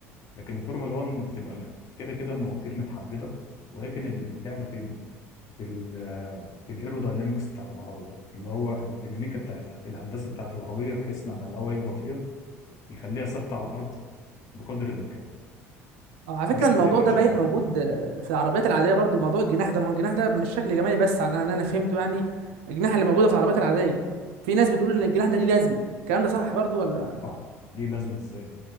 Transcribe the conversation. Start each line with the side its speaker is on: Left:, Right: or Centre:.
Left: لكن الفورمولا 1 بتبقى كده كده المواتير متحددة ولكن ال- اللعبة فين؟ في ال في الايروداينامكس بتاعت العربية اللي هو الديناميكا بتاعتها الهندسة بتاعت العربية بحيث لما الهواء يخبط فيها يخليها ثابتة على الأرض بقدر الإمكان
Right: أو على فكره
Left: دي اللي
Right: الموضوع
Left: بتفرق
Right: ده
Left: شركة
Right: باين موجود
Left: عن التانية
Right: آه، في العربيات العاديه برضو موضوع الجناح ده ما هو الجناح ده مش شكل جمالي بس على ان انا فهمته يعني الجناح اللي موجوده في العربيات العاديه في ناس بتقول ان الجناح ده ليه لازمه الكلام ده صح برضو ولا
Left: صح دي لازمة ازاي